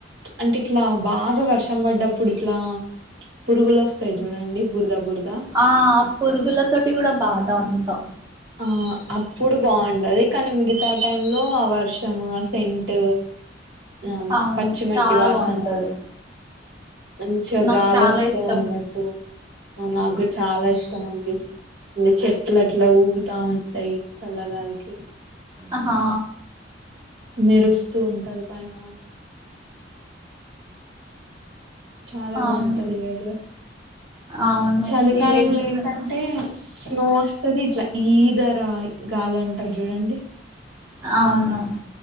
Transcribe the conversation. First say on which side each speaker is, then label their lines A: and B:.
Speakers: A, on the right; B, on the right.
A: అంటే ఇట్లా బాగా వర్షం పడ్డప్పుడు ఇట్లా పురుగులు వస్తాయి చూడండి పురగా పుర్గా
B: ఆ పురుగుల తోటి కూడా బాధా అంతా.
A: ఆ అప్పుడు బాగుండది కానీ మిగతా టై లో ఆ వర్షం సెంట్ ఆ
B: అవును
A: పచ్చిమట్టి
B: చాలా
A: వాసన
B: బాగుంటది
A: మంచిగా
B: నాకు
A: గాలి
B: చాలా
A: వస్తాయి
B: ఇష్టం
A: అన్నట్టు నాకు కూడా చాలా ఇష్టం అండి అ చెట్లు అట్లా ఊగు తా ఉంటాయి చల్లగాలికి
B: ఆహా
A: మెరుస్తూ ఉంటది పైనా చాలా
B: అవును
A: బాగుంటది వెదర్
B: అవును
A: చలికాలంలో
B: ఈ రైనీ సీజన్
A: ఏంటంటే
B: లో
A: స్నో వస్తాది ఇట్లా ఈధర గాలి అంటారు చూడండి
B: అవును